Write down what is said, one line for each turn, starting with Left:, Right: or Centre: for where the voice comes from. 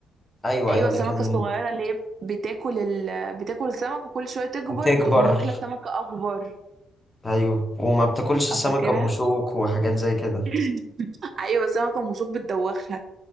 Left: ايوه
Right: ايوه
Left: ايوه اللي
Right: السمكة
Left: كان
Right: الصغيرة اللي هي بتاكل ال... بتاكل السمك وكل شوية تكبر
Left: وتكبر
Right: تقوم واكلة سمكة اكبر
Left: ايوه وما بتاكلش السمكة
Right: اه فاكرها
Left: ام شوك وحاجات زي كده
Right: <laughs> ايوه سمكة ومشوك بتدوخها